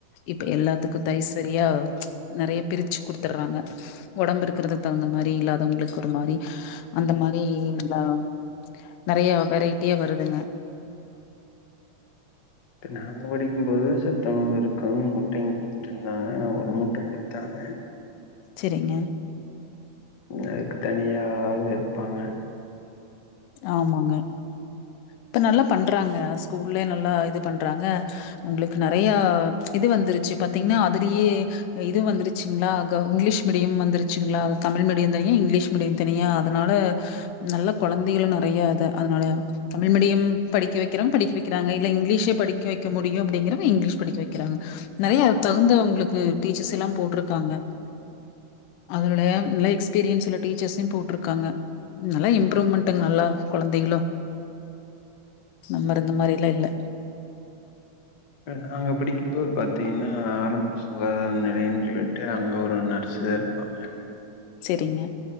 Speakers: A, on the left; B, on the left.
A: இப்ப எல்லாத்துக்கு தைஸ் சரியா நெறைய பிரிச்சு குடுத்துட்றாங்க ஒடம்பு இருக்கிறத தகுந்த மாரி இல்லாதவங்களுக்கு ஒரு மாரி அந்த மாரி எல்லா நெறைய வெரைட்டியா வருதுங்க
B: இப்ப நாங்க படிக்கும்போது சத்துணவு இருக்கு முட்டையு குடுத்துட்டு இருந்தாங்க ஒரு முட் ட குடுத்தாங்க
A: செரிங்க
B: அதுக்கு தனியா ஆளுங்க இருப்பாங்க
A: ஆமாங்க இப்ப நல்லா பண்றாங்க ஸ்கூல்லே நல்லா இது பண்றாங்க உங்களுக்கு நெறைய இது வந்துருச்சு பாத்தீங்ன்னா அதுலயே இது வந்துருச்சுங்ளா க இங்கிலீஷ் மீடியம் வந்துருச்சுங்களா தமிழ் மீடியந் தானியா இங்கிலீஷ் மீடியம் தனியா அதனால நல்ல கொழந்தைகளு நெறைய இது அதனால தமிழ் மீடியம் படிக்க வெக்கிறவங் படிக்க வெக்கிறாங்க இல்ல இங்கிலீஷ படிக்க வெக்க முடியு அப்டிங்கிறவங்க இங்கிலீஷ் படிக்க வெக்கிறாங்க நெறையா தகுந்த அவ்ங்களுக்கு டீச்சர்ஸெல்லா போட்ருக்காங்க அத விட நல்ல எக்ஸ்பீரியன்ஸ் உள்ள டீச்சர்ஸையு போட்ருக்காங்க நல்லா இம்ப்ரூவ்மெண்ட் ங்க நல்லா கொழந்தைகளு முன்ன இருந்த மாரிலா இல்ல
B: அ நாங்க படிக்கும்போது பாத்தீங்கனா ஆரம்ப சுகாதார நிலையம்னு சொல்லிட்டு அங்க ஒரு நர் சே இருப்பாங்க
A: செரிங்க